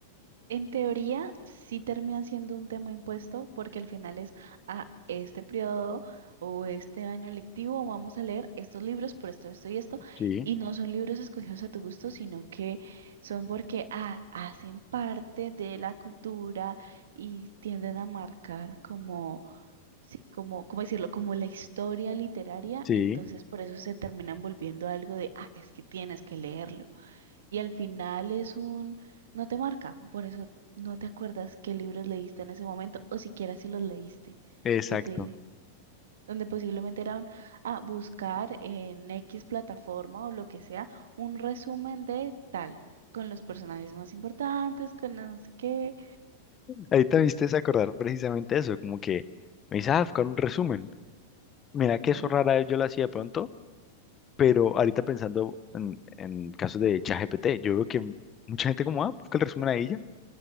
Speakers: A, on the right (about 80°); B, on the left (about 25°).
A: En teoría, sí termina siendo un tema impuesto porque al final es a este periodo o este año lectivo vamos a leer estos libros por esto, esto y esto.
B: Sí,
A: Y no son libros escogidos a tu gusto, sino que son porque ah, hacen parte de la cultura y tienden a marcar como, sí, como, ¿cómo decirlo? Como la historia literaria.
B: sí,
A: Entonces, por eso se terminan volviendo algo de, ah, es que tienes que leerlo. Y al final es un, no te marca, por eso no te acuerdas qué libros leíste en ese momento o siquiera si los leíste,
B: exacto.
A: donde, donde posiblemente era un, ah, buscar en X plataforma o lo que sea un resumen de tal, con los personajes más importantes, con no sé qué.
B: Ahorita me hiciste acordar precisamente eso, como que me dice, ah, buscar un resumen. Mira que
A: Ujú,
B: eso rara vez yo lo hacía de pronto, pero ahorita pensando en, en casos de ChatGPT, yo veo que mucha gente como, ah, busca el resumen ahí ya,